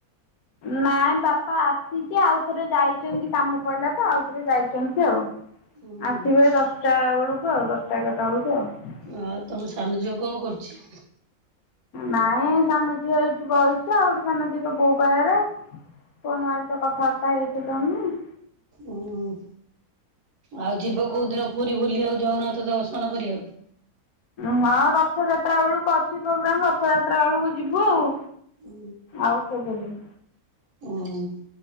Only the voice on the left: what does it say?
ନାଇଁ ବାପା ଆସିଛି, ଆଉଥରେ ଯାଇ ଛନ୍ତି କାମ ପଇଲା ତ ଆଉଥରେ ଯାଇଛନ୍ତି ଆଉ।
ଆସିବେ ଦଶଟା ବେଳକୁ ଆଉ, ଦଶଟା ଏଗାରଟା ବେଳକୁ ଆଉ।
ନାଇଁ ସାନଝିଅ ଏଇଠି ବଇଚି ଆଉ, ଗୋଟେ ସାନ ଝିଅ ତ ବୋଉ ପାଖରେ। ଫୋନ୍ ଆଇନି ତ କଥାବାର୍ତ୍ତା ହେଇଥିଲନି।
ହଁ।
ହଁ ରଥଯାତ୍ରା ବେଳକୁ ଅଛି ପ୍ରୋଗ୍ରାମ୍, ରଥଯାତ୍ରା ବେଳକୁ ଯିବୁ ଆଉ।
ଆଉ କେବେ ଯିବୁ।